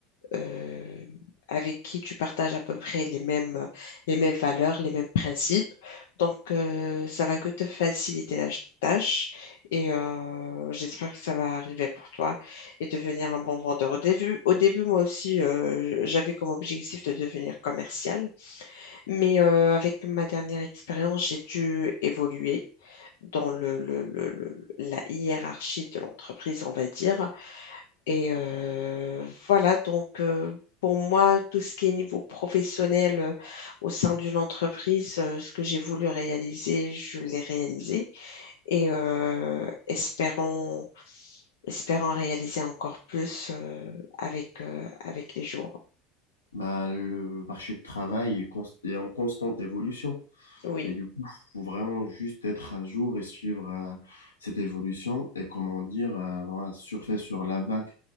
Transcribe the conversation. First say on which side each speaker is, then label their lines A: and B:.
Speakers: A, on the left; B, on the left.
A: euh, avec qui tu partages à peu près les mêmes, les mêmes valeurs, les mêmes principes. Donc, euh, ça va que te faciliter la tâche et euh, j'espère que ça va arriver pour toi et devenir un bon vendeur. Au début, au début moi aussi, euh, j'avais comme objectif de devenir commercial, mais euh, avec ma dernière expérience, j'ai dû évoluer dans le, le- le- le- la hiérarchie de l'entreprise, on va dire. Et euh, voilà, donc euh, pour moi, tout ce qui est niveau professionnel euh, au sein d'une entreprise, euh, ce que j'ai voulu réaliser, je l'ai réalisé. Et euh, espérons, espérons réaliser encore plus euh, avec, euh, avec les jours.
B: Bah, le marché de travail est const- est en constante évolution.
A: Oui,
B: Et du coup, faut vraiment juste être à jour et suivre euh, cette évolution et comment dire, euh, voilà, surfer sur la vague.